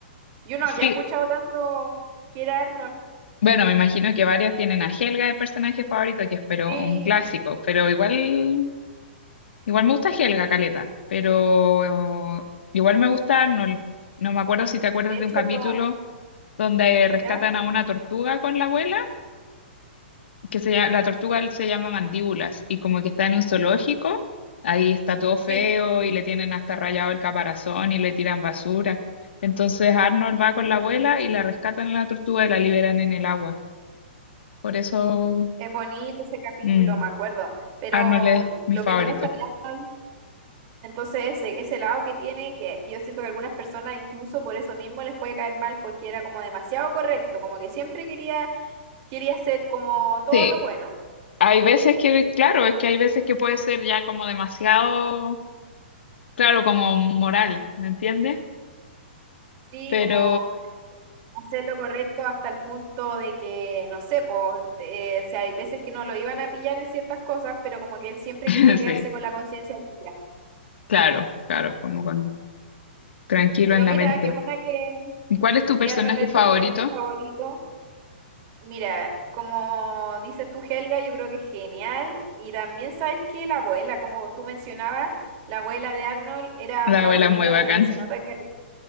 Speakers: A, on the right; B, on the left.
A: Yo no
B: Sí,
A: había escuchado tanto que era Arnold.
B: bueno, me imagino que varios tienen a Helga de personaje favorito, que es pero
A: Sí,
B: un clásico, pero igual, igual me gusta Helga, Caleta, pero eh, igual me gusta Arnold. No me acuerdo si te acuerdas
A: de
B: de
A: hecho,
B: un capítulo donde rescatan
A: ¿ya?
B: a una tortuga con la abuela. que se llama, la tortuga se llama mandíbulas y como que está en un zoológico, ahí está todo feo
A: Sí,
B: y le tienen hasta rayado el caparazón y le tiran basura. Entonces Arnold va con la abuela y la rescatan a la tortuga y la liberan en el agua. Por eso
A: es bonito ese capítulo,
B: mm,
A: me acuerdo. Pero
B: Arnold es
A: mm,
B: mi
A: lo
B: favorito.
A: que te gusta de Arnold. Entonces, ese, ese lado que tiene, que yo siento que algunas personas incluso por eso mismo les puede caer mal porque era como demasiado correcto, como que siempre quería, quería hacer como todo
B: Sí,
A: lo bueno,
B: hay veces que, claro, es que hay veces que puede ser ya como demasiado, claro, como moral, ¿me entiendes?
A: sí,
B: Pero
A: como hacer lo correcto hasta el punto de que, no sé, pues, eh, o sea, hay veces que no lo iban a pillar en ciertas cosas, pero como que él siempre
B: <laughs>
A: quería quedarse
B: sí,
A: con la conciencia limpia.
B: claro, claro, como con tranquilo
A: Pero
B: en la
A: mira,
B: mente.
A: qué buena que,
B: ¿Y ¿Cuál es tu personaje
A: que Arnold es
B: favorito?
A: tu, eres tu favorito. Mira, como dices tú, Helga, yo creo que es genial. Y también sabes que la abuela, como tú mencionabas, la abuela de Arnold era
B: La
A: una
B: abuela
A: abuelita,
B: es muy bacán,
A: pero que se nota que